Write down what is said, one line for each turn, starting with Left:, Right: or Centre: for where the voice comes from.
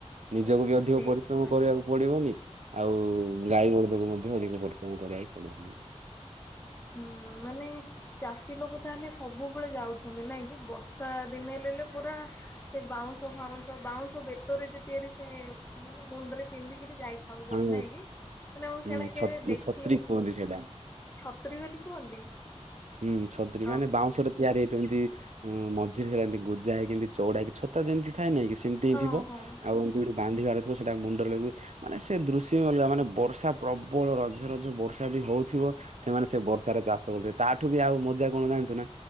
Right: ନିଜକୁ
Left: ଓ
Right: ବି ଅଧିକ
Left: ସେଇଥିପାଇଁ
Right: ପରିଶ୍ରମ କରିବାକୁ ପଡିବନି ଆଉ ଗାଈ ବଳଦକୁ ମଧ୍ୟ ଅଧିକ ପରିଶ୍ରମ କରିବାକୁ ପଡିବନି।
Left: ହୁଁ ମାନେ ଚାଷୀ ଲୋକ ତାହେଲେ ସବୁବେଳେ ଯାଉଛନ୍ତି ନାଇଁ କି ବ ର୍ଷା ଦିନେ ହେଲାଯେ ପୁରା ସେ ବାଉଁଶ ଫାଉଁଶ ବାଉଁଶ ବେତରେ ଯେ ତିଆରି ସେ ସେ ମାନେ ମୁଣ୍ଡରେ ପିନ୍ଧିକିରି ଯାଇ ଥାଉ ଜନ୍ମ
Right: ହଁ
Left: ହେଇକି ନାଇଁ ମୁଁ
Right: ହୁଁ
Left: ସେଗୁଡା କେବେ ଦେଖିନି।
Right: ଛତ୍ରୀ କୁହନ୍ତି ସେଇଟା।
Left: ଛତ୍ରୀ ବେଲି କୁହନ୍ତି?
Right: ହୁଁ ଛତ୍ରୀ ମାନେ
Left: ଓହୋ
Right: ବାଉଁଶ ରେ ତିଆରି ହେଇଥିବ ଯେମିତି ହୁଁ ମଝିରେ ଏନ୍ତି ଗୋଜା ହେଇକି ଏନ୍ତି ଚଉଡା ହେଇକି ଛତା ଯେମିତି ଥାଏ ନାଁ କି ସେମିତି ହିଁ
Left: ହଁ
Right: ଥିବ
Left: ହଁ
Right: ଆଉ ଯୋଉଠୁ ବାନ୍ଧିବାର ଥିବ ସେଟା ମୁଣ୍ଡରେ ଲଗେଇବେ। ମାନେ ସେ ଦୃଶ୍ୟ ବି ଅଲଗା ମାନେ ବର୍ଷା ପ୍ରବଳ ରଜ ରଜ ବର୍ଷା ବି ହଉଥିବ ସେମାନେ ସେ ବର୍ଷାରେ ଚାଷ କରୁଥିବେ ତା ଠୁ ବି ଆଉ ମଜା କଣ ଜାଣିଛୁ ନା